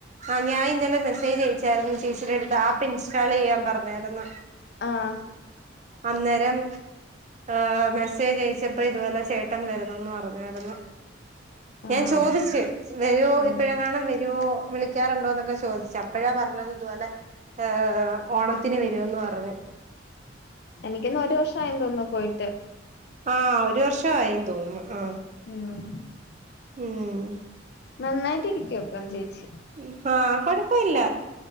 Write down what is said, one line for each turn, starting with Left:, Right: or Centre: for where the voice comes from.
Right: ആഹ് ഞാഇന്നലെ മെസ്സേജ് അയച്ചായിരുന്നു ചേച്ചിടെ അടുത്ത് ആപ്പ് ഇൻസ്റ്റാൾ ചെയ്യാൻ പറഞ്ഞായ്ര്ന്ന്.
Left: ആഹ്
Right: അന്നേരം ഏഹ് മെസ്സേജ് അയച്ചപ്പ ഇതുപോലെ ചേട്ടൻ വരുന്നെന്ന് പറഞ്ഞായിരുന്നു. ഞാൻ
Left: ആഹ്
Right: ചോദിച്ച് വരുവോ
Left: ഉം
Right: ഇപ്പോഴെങ്ങാണം വരുവോ വിളി ക്കാറുണ്ടോ ന്നൊക്കെ ചോദിച്ചു അപ്പഴാ പറഞ്ഞത് ഇതുപോലെ ഏഹ് ഓണത്തിന് വരുമെന്ന് പറഞ്ഞ്.
Left: എനിക്കൊ ന്നു ഒരു വർഷായെന്ന് തോന്നുന്നു പോയിട്ട്.
Right: ആഹ് ഒരു വർഷവായിന്ന് തോന്നുന്ന്. ആഹ്
Left: ഉം
Right: ഉം
Left: നന്നായിട്ട് ഇരിക്കും അപ്പം ചേച്ചി
Right: ഇപ്പൊ കൊഴപ്പ ഇല്ല.